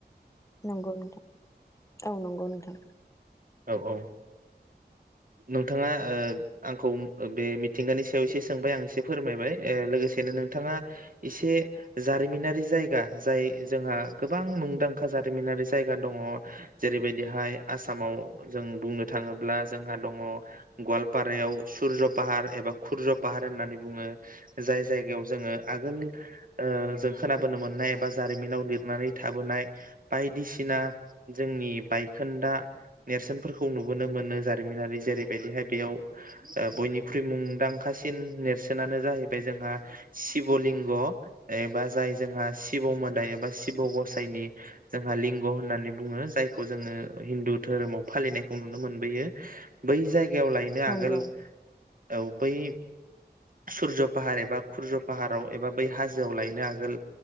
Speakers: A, on the left; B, on the right.
A: नंगौ नोंथां औ नंगौ नोंथां
B: औ औ नोंथाङा ओ आंखौ ओ‌ बे मिथिंगानि सायाव एसे सोंबाय आं एसे फोरमायबाय ओ लोगोसेनो नोंथाङा इसे जारिमिनारि जायगा जाय जोंहा गोबां मुंदांखा जारिमिनारि जायगा दङ जेरैबायदिहाय आसामाव जों बुंनो थाङोब्ला जोंहा। दङ गवालपारायाव सुरज फाहार एबा खुरज फाहार होननानै बुङो जाय जायगायाव जोङो आगोल ओ जों खोनाबोनो मोननाय एबा जारिमिनाव लिरनानै थाबोनाय बायदिसिना जोंनि बायखोन्दा नेरसोनफोरखौ नुबोनो मोनो जारिमिनारि। जेरैबायदिहाय बेयाव ओ बयनिख्रुइ मुंदांखासिन नेरसोनानो जाहैबाय जोंहा शिब लिंग एबा जाय जोंहा शिब मोदाय एबा शिब गसाइनि। जोंहा लिंग होननानै बुङो जाय खौ जोङो हिन्दु धोरोमाव फालिनायखौ नुनो मोनबोयो। बै जायगायाव लायनो
A: नंगौ
B: आगोल औ बै। सुरज फाहार एबा खुरज फाहाराव एबा बै हाजोआव लायनो आगोल